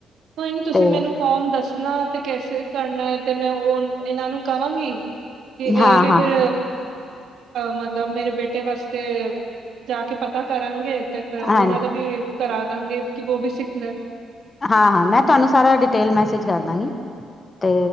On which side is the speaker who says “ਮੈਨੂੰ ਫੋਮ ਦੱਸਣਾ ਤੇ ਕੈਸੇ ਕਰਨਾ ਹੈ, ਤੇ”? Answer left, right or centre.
Right